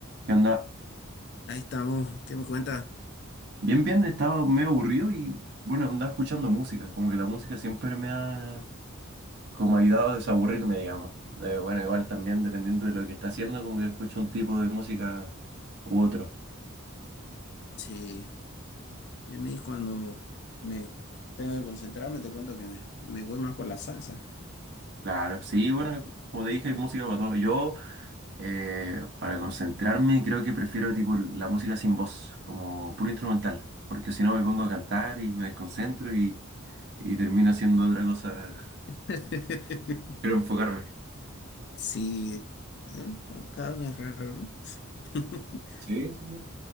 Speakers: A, on the right; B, on the left.
A: ¿Qué onda?
B: Ahí estamos. ¿Qué me cuenta?
A: Bien, bien, estaba medio aburrido y bueno, andaba escuchando música, como que la música siempre me ha como ayudado a desaburrirme, digamos. Eh, Bueno, igual también dependiendo de lo que está haciendo, como que escucho un tipo de música u otro.
B: Sí, ya me di cuando me tengo que concentrarme, te cuento que me, me voy más por la salsa.
A: Claro, sí, bueno, como te dije, hay música para todo. Yo, eh, para concentrarme, creo que prefiero tipo la música sin voz, como puro instrumental, porque si no me pongo a cantar y me desconcentro y, y termino haciendo otra cosa.
B: <laughs>
A: <laughs> Quiero enfocarme.
B: Sí, ¿eh? Ca- cada uno es raro, ¿no? <laughs>
A: Sí, sí, sí.